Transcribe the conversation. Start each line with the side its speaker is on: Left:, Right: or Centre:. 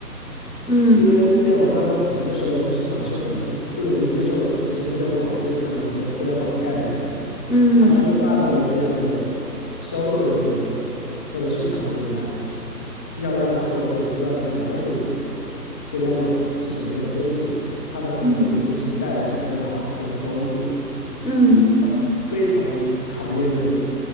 Left: 嗯
Centre: 因为互联网刚刚普及的时候，这个市场是很不不容易接受这些互联网的一些产品和互联网的概念的，
Left: 嗯
Centre: 它需要大量的这样的销售人员或者市场人员，要让客户不断地去了解这互联网是什么样的东西，它的产品能给企业带来什么样的好处和帮助，
Left: 嗯嗯
Centre: 它是非常考验人，